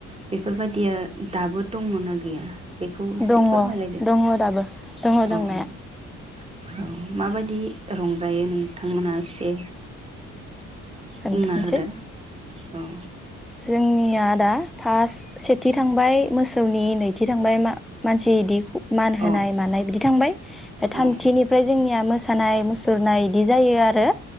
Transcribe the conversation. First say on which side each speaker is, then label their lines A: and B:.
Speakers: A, on the right; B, in the centre.
A: बेफोरबायदिया दाबो दङ ना गैया? बेखौ एसे
B: दङ
A: फोरमायलायदो।
B: दङ दाबो दङ
A: औ
B: दंनाया।
A: औ औ माबायदि रंजायो नोंथांमोना एसे
B: खोन्थानोसै
A: बुंना होदो औ।
B: जोंनिया दा फास्ट सेथि थांबाय मोसौनि नैथि थांबाय मा मानसि इदि मान होनाय
A: औ
B: मानाय बिदि थांबाय ओमफाय थामथिनिफ्राय
A: औ
B: जोंनिया मोसा मोसानाय मुसुरनाय इदि जायो आरो।